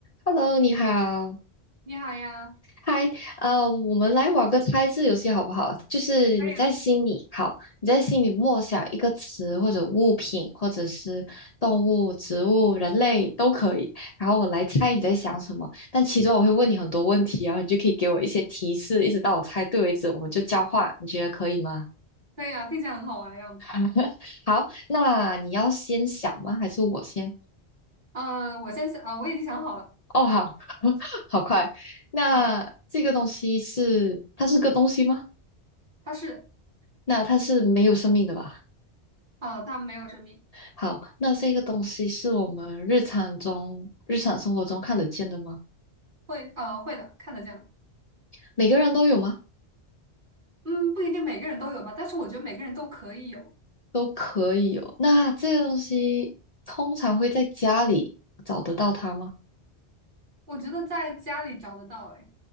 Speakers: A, on the left; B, on the right.
A: Hello，你好，
B: 你好呀，
A: 嗨，呃，我们来玩个猜字游戏好不好？就是你在心里，
B: 可以啊，
A: 好，你在心里默想一个词或者物品，或者是动物、植物、人类都可以，然后我来猜你在想什么。但其中我会问你很多问题，然后你就可以给我一些提示，一直到我猜对为止，我们就交换，你觉得可以吗？
B: 可以啊，听起来很好玩的样子。
A: <laughs> 好，那你要先想吗？还是我先？
B: 嗯、我先想啊、我已经想好了。
A: 哦，好，<laughs> 好快。那这个东西是，
B: 好，
A: 它是个东西吗？
B: 它是，
A: 那它是没有生命的吧？
B: 啊，它没有生命，
A: 好，那这个东西是我们日常中、日常生活中看得见的吗？
B: 会，呃，会的，看得见的。
A: 每个人都有吗？
B: 嗯，不一定每个人都有吧，但是我觉得每个人都可以有。
A: 都可以有。那这个东西通常会在家里找得到它吗？
B: 我觉得在家里找得到，哎，